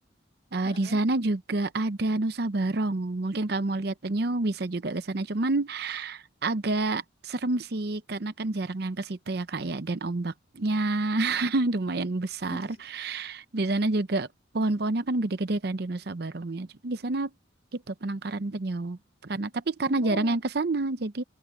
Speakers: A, on the right; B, on the left.
A: Eh,
B: Heeh.
A: di sana juga ada Nusa Barong. Mungkin kamu lihat penyu bisa juga ke sana. Cuman agak serem sih karena kan jarang yang ke situ ya Kak ya. Dan ombaknya <laughs> lumayan besar.
B: <laughs>
A: Di sana juga pohon-pohonnya kan gede-gede kan di Nusa Barongnya. Cuma di sana itu penangkaran penyu. Karena tapi karena
B: Oh.
A: jarang yang ke sana, jadi